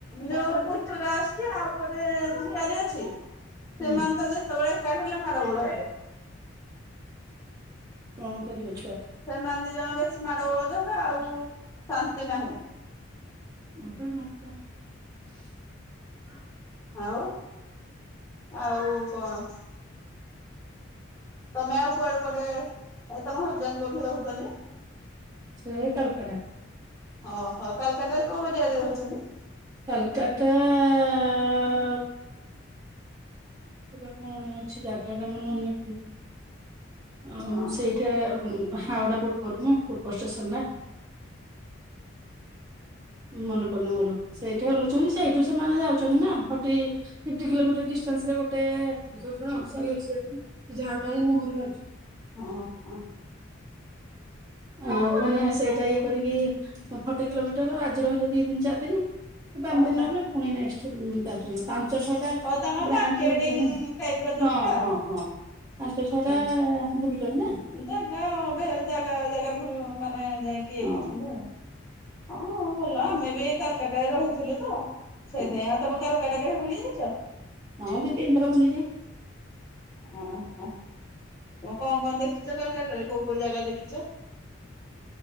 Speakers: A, on the left; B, on the right.
A: ଯୋଉ ପୁତୁରା ଆସଛି ଆଉ ଗୋଟେ ଝିଆରି ଅଛି। ସେମାନ
B: ହୁଁ
A: ତ ଯେତେବେଳେ ଏକାଠି ହେଲେ ମାଡ଼ଗୋଳ ହେବେ।
B: କଣ କରିବ ଛ
A: ସେମାନ ଦି ଜଣ ବେଶୀ ମାଡ଼ ଗୋଳ ଦେବେ ଆଉ ଶାନ୍ତି ନାହିଁ।
B: <inaudible>
A: ଆଉ ଆଉ କଣ ତମେ ଆଉ କୁଆଡୁ କୁଆଡେ ତମ ହଜବେନ୍ କୋଉଠି ରହୁଛନ୍ତି?
B: ସେ ଏ କାଲକଟା।
A: ଓହୋ କାଲକାଟାରେ କୋଉ ଏରିଆରେ ରହୁଛନ୍ତି?
B: କାଲକାଟାଆ ସେଟା କଣ ଅଛି ଜାଗାଟା ମୋର ମନେପଡୁନି। ମୁଁ
A: ହଁ
B: ସେଇଠେ ଉଁ ହାଓଡା ପୂର୍ବରୁ ମୁଁ ପୂର୍ବ ଷ୍ଟେସନଟା ମନେ ପଡ଼ନୁ ମୋର ସେଇଠେ ଲୁଚନ୍ତି ସେଇଠୁ ସେମାନେ ଯାଉଚନ୍ତି ନା ଫଟି ପିପ୍ଟି କିଲୋମିଟର ଡିଷ୍ଟାନ୍ସରେ ଗୋଟେ <unintelligible> ଜାଡୁଟା ଆଣି ମୋ ମୁହଁରେ ମାରୁଚି।
A: ହୁଁ ହୁଁ।
B: ଆଉ ମାନେ ସେଇଟା ଇଏ କରିକି ଫଟି କିଲୋମିଟର ଆଜି ରହିଲେ ଦି ଦିନି ଚାର୍ ଦିନି। ପାଞ୍ଚ
A: ଓହୋ
B: ଦିନନ
A: ତା
B: ହେଲେ ପୁଣି ନେକ୍ସଟ୍ <unintelligible> ପାଞ୍ଚ ଛଅଟା
A: ହଉ ତାଙ୍କର
B: ବ୍ରାଞ୍ଚ
A: ମାର୍କେଟିଂ
B: ବୁଲୁଚନ୍ତି ନାଁ
A: ଟାଇପ୍ ର ଜବ୍
B: ହଁ
A: ଟା
B: ହଁ ହଁ। ପାଞ୍ଚ
A: ଆଉ।
B: ଛଅଟା ବୁଲିଚନ୍ତି ନାଁ।
A: ଜାଗା ଅବେ ଜାଗା ଜାଗା <unintelligible> ମାନେ ଯାଇ କିଏ
B: ହଁ
A: କରୁସନ୍ତି ଆଉ ହଁ ଆଉ ଭଲ ଆମେ ବି କାଲ୍କାଟା ରହୁଥିଲୁ ତ ସେଇଥାଇଁ
B: ହଁ
A: ଆଉ ତମେ କାଲ୍କାଟା କେବେ ବୁଲି ଯାଇଚ?
B: ହଁ ଦି ତିନ୍ ଥର ବୁଲିଚି।
A: ଓହୋ ତମେ କଣ କଣ ଦେଖିଚ କାଲ୍କାଟାରେ କୋଉ କୋଉ ଜାଗା ଦେଖିଚ?